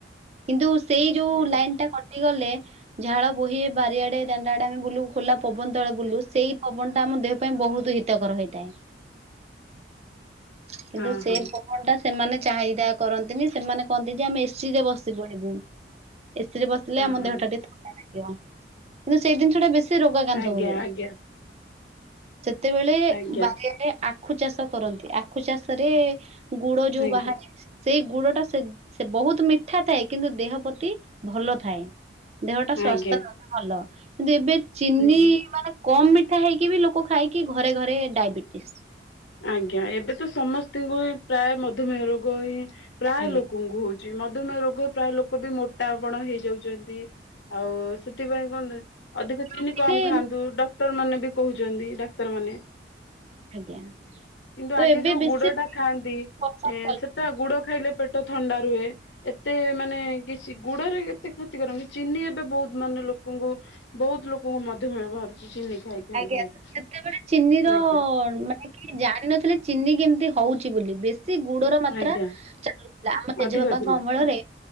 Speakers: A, on the right; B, on the left.
A: କିନ୍ତୁ ସେଇ ଯୋଉ
B: ଆଜ୍ଞା
A: ଲାଇନ୍ ଟା କ ଟିଗଲେ ଝାଳ ବୋହି ବାରିଆଡେ ଦାଣ୍ଡ ଆଡେ ଆମେ ବୁଲୁ ଖୋଲା ପବନ ତଳେ ବୁଲୁ,
B: ଆଜ୍ଞା
A: ସେଇ ପବନ ଟା ଆମ ଦେହ ପାଇଁ ବହୁତ ହିତକର ହେଇଥାଏ। କିନ୍ତୁ
B: ହଁ
A: ସେଇ
B: ହଁ
A: ପବନ ଟା ସେମାନେ ଚାହିଦା କରନ୍ତିନି, ସେମାନେ କହନ୍ତି ଯେ ଆମେ ଏସ୍ ଏସି ରେ ବସି ପଡିବୁ। ଏସିି ରେ ବସିଲେ
B: ହଁ
A: ଆମ
B: ହଁ
A: ଦେହଟା ଟିକେ ଥ କିନ୍ତୁ ସେଇ ଜିନିଷଟା ବେଶୀ ରୋଗାକ୍ରାନ୍ତ
B: ଆଜ୍ଞା
A: ହୁଏ।
B: ଆଜ୍ଞା
A: ସେତେବେଳେ
B: ଆଜ୍ଞା
A: ବାରି ଆଡେ ଆଖୁ ଚାଷ କରନ୍ତି। ଆଖୁ ଚାଷରେ ଗୁଡ ଯୋଉ
B: ଆଜ୍ଞା
A: ବାହାରେ, ସେଇ ଗୁଡ ଟା ସେ ସେ ବହୁତ୍ ମିଠା ଥାଏ। କିନ୍ତୁ ଦେହ ପ୍ରତି ଭଲ ଥାଏ। ଦେହଟା ସ୍ୱାସ୍ଥ୍ୟ
B: ଆଜ୍ଞା
A: ସେଇଟା ଭଲ। କିନ୍ତୁ ଏବେ ଚିନି
B: ଆଜ୍ଞା
A: ମାନେ କମ୍ ମି ଠା ହେଇକି ବି ଲୋକ ଖାଇକି ଘରେ ଘରେ ଡାଇବେଟିସ୍।
B: ଆଜ୍ଞା। ଏବେ ତ ସମସ୍ତିଙ୍କୁ ହିଁ ପ୍ରାୟ ମଧୁମେୟ ରୋଗ ହିଁ ପ୍ରାୟ
A: ଆଜ୍ଞା
B: ଲୋକଙ୍କୁ ହଉ ଚି। ମଧୁମେୟ ରୋଗ ପ୍ରାୟ ଲୋକ ବି ମୋଟା ଆପଣ ହେଇଯାଉଛନ୍ତି। ଆଉ ସେଥିପାଇଁ। <unintelligible> ଅଧିକ ଚିନି
A: ଆଜ୍ଞା
B: କମ୍ ଖାଆନ୍ତୁ। ଡକ୍ଟର ମାନେ ବି କହୁଛନ୍ତି ଡାକ୍ତରମାନେ।
A: ଆଜ୍ଞା।
B: କିନ୍ତୁ
A: ତ
B: ଆଗେ
A: ଏବେ
B: ଯୋଉ
A: ବେଶୀ
B: ଗୁଡ ଟା ଖାଆନ୍ତି ଏଁ,
A: ପସନ୍ଦ କଲେଣି।
B: ସେଟା ଗୁଡ ଖାଇଲେ ପେଟ ଥଣ୍ଡା ରୁହେ। ଏତେ ମାନେ କିଛି ଗୁଡରେ ଏତେ କ୍ଷତି କରେନି, ଚିନି ଏବେ ବହୁତ ମାନେ ଲୋକଙ୍କୁ ବହୁତ ଲୋକଙ୍କୁ ମଧୁମେୟ ବାହାରୁଛି ଚିନି ଖାଇ। ଖାଇ
A: ଆଜ୍ଞା
B: ବହୁତ
A: ସେ ସେତେବେଳେ ଚିନିର
B: ଆଜ୍ଞା
A: ମା ନେ କି ଜାଣିିନଥିଲେ ଚିନି କେମିତି ହଉଛି ବୋଲି ବେଶ ଶି ଗୁଡର ମାତ୍ରା
B: ଆଜ୍ଞା
A: ଚାଲୁଥିଲା ଆମ ଜେଜେବାପାଙ୍କ
B: ଅଧିକ ଥିଲା।
A: ଅମଳରେ